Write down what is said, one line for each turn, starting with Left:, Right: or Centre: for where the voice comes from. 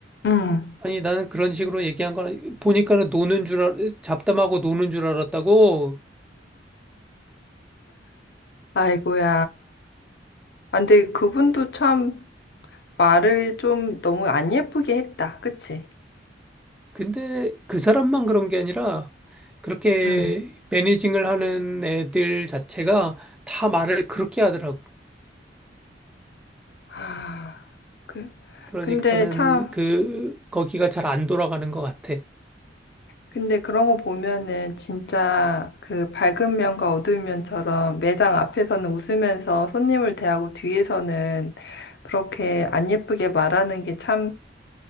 Left: 음,
Centre: 아니 나는 그런 식으로 얘기한 거 보니까는 노는 줄 알, 잡담하고 노는 줄 알았다고
Left: 아이고야. 아, 근데 그분도 참 말을 좀 너무 안 예쁘게 했다. 그치?
Centre: 근데 그 사람만 그런 게 아니라 그렇게
Left: 음.
Centre: 매니징을 하는 애들 자체가 다 말을 그렇게 하더라고.
Left: 아, 그,
Centre: 그러니까는
Left: 근데 참.
Centre: 그 거기가 잘 안 돌아가는 것 같아.
Left: 근데 그런 거 보면은 진짜 그 밝은 면과 어두운 면처럼 매장 앞에서는 웃으면서 손님을 대하고 뒤에서는 그렇게 안 예쁘게 말하는 게 참,